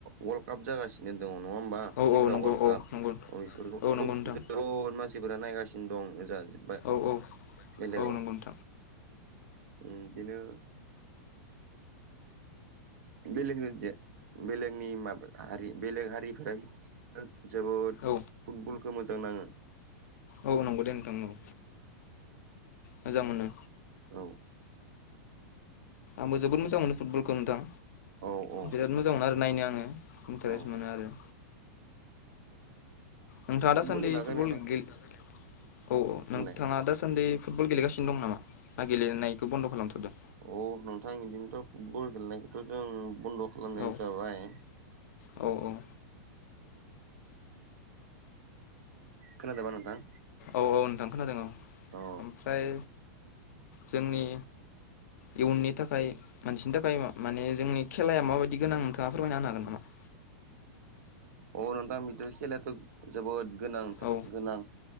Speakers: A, on the right (about 70°); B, on the left (about 70°).
A: वर्ल्ड काप जागासिनो। दङ नङा होमबा
B: औ
A: फिफा
B: औ नंगौ
A: वार्ल्ड
B: औ
A: काप
B: नंगौ
A: बेफोरखौथ'
B: औ नंगौ नोंथां
A: जोबोद मानसिफोरा नायगासिनो। दं ओजा जोबाय
B: औ औ
A: बेलेगाव
B: औ नंगौ नोंथां
A: उम बिदिनो। बेलेग बेलेगनि माबा हारि बेलेग हारिफोरा। जोबोद
B: औ
A: फुटबलखौ मोजां नाङो।
B: औ नंगौ दे नोंथां औ मोजां मोनो।
A: औ।
B: आंबो जोबोद मोजां मोनो फुटबलखौ नोंथां
A: औ औ
B: बिराद मोजां। मोजां मोनो आरो नायनो आङो इन्टारेस्ट
A: औ
B: मोनो आरो। नोंथाङा
A: फुटबलनि
B: दासान्दि
A: बागै
B: फुटबल
A: माबा
B: गेल औ औ
A: होनलाय
B: नोंथाङा दासान्दि। फुटबल गेलेगासिनो दं नामा ना गेलेनायखौ बन्द' खालामथारदों।
A: अ नोंथां बिदिनोथ' फुटबल गेलेनायखौथ' जों बन्द' खालामनाय
B: औ
A: जाबाय।
B: औ औ
A: खोनादोंना नोंथां
B: औ औ नोंथां खोनादों औ
A: औ
B: ओमफ्राय जोंनि इयुननि थाखाय। मानसिनि थाखाय माने जोंनि खेलाया माबायदि गोनां नोंथाङा फोरमायनाांनो हागोन नामा।
A: अ नोंथां बेथ खेलायथ। गोनांथ
B: औ
A: नङा